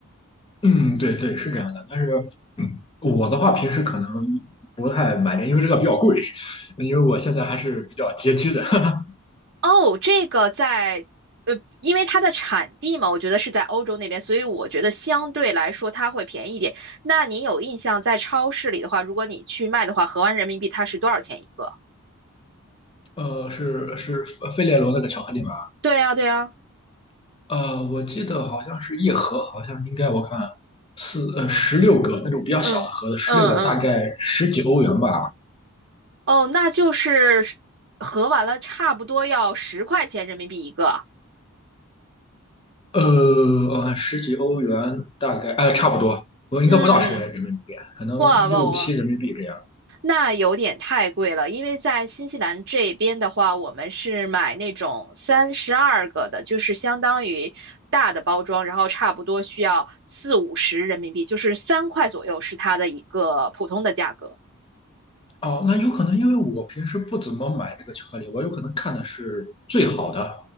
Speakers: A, on the left; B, on the right.
A: 的嗯，对对，是这样的。但是，嗯，我的话平时可能不太买，因为这个比较贵，因为我现在还是比较拮据的。<laughs>
B: 哦，这个在，呃，因为它的产地嘛，我觉得是在欧洲那边，所以我觉得相对来说它会便宜一点。那你有印象，在超市里的话，如果你去卖的话，合完人民币它是多少钱一个？
A: 呃，是是费列罗那个巧克力吗？
B: 对呀，对呀，
A: 呃，我记得好像是一盒，好像应该我看四呃十六个那种比较小的盒子，
B: 嗯嗯嗯，
A: 十六个大概十几欧元吧。
B: 哦，那就是是合完了差不多要十块钱人民币一个。
A: 呃，我看十几欧元大概，呃，差不多，我应该不到十人民币，
B: 嗯，
A: 可能六七人民币这样。
B: 哇哇哇哇！那有点太贵了，因为在新西兰这边的话，我们是买那种三十二个的，就是相当于大的包装，然后差不多需要四五十人民币，就是三块左右是它的一个普通的价格。
A: 哦，那有可能因为我平时不怎么买这个巧克力，我有可能看的是最好的